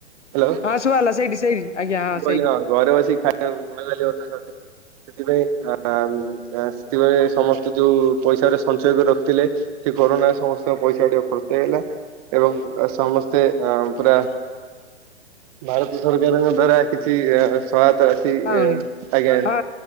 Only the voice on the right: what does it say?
ହ୍ୟାଲୋ
ମୁଁ କହିଲି
ଘରେ ବସିିକି ଖାଇଲେ ନଈବାଲି ମଧ୍ୟ ସରିଯା ସେଥିପାଇଁ ଆ ଆ ସେଥିପାଇଁ ଏ ସମସ୍ତେ ଯୋଉ ପଇସାଉରା ସଞ୍ଚୟ କରି ରଖିଥିଲେ କରୋନାରେ ସମସ୍ତଙ୍କ ପଇସା ଟିକେ ଖର୍ଚ୍ଚ ହେଇଗଲା। ଏବଂ ଅ ସମସ୍ତେ ଅ ପୁରା ଭାରତ ସରକାରଙ୍କ ଦ୍ଵାରା କିଛି ଆ ସହାୟ ତା ରାଶି ଏ
ଆଜ୍ଞା